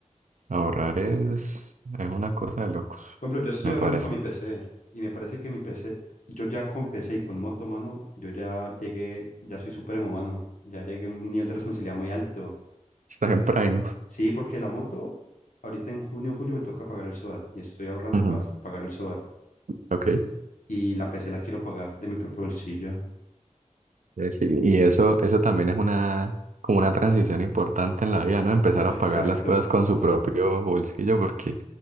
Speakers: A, on the right; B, on the left.
A: Ahorrar es, es una cosa de locos,
B: Por ejemplo, yo estoy
A: me
B: ahorrando
A: parece.
B: para mi PC y me parece que mi PC, yo ya con PC y con moto, mano, yo ya llegué, ya soy supremo, mano. Ya llegué a un nivel de responsabilidad muy alto.
A: Estás en Prime.
B: Sí, porque la moto, ahorita en junio o julio me toca pagar el SOAT y estoy ahorrando
A: Ujú,
B: para pagar el SOAT.
A: Ok.
B: Y la PC la quiero pagar de mi propio bolsillo.
A: Eh, sí, y eso, eso también es una, como una transición importante en la vida, ¿no? Empezar a
B: Exacto.
A: pagar las cosas con su propio bolsillo porque